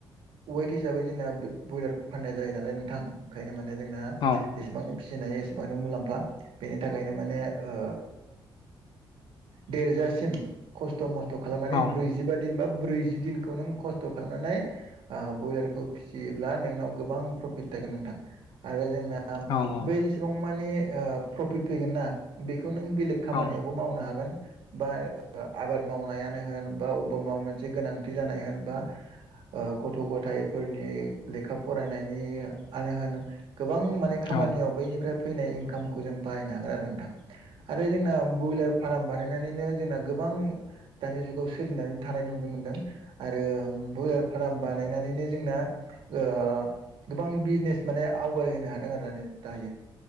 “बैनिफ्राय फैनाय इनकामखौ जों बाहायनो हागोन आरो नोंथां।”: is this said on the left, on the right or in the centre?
Right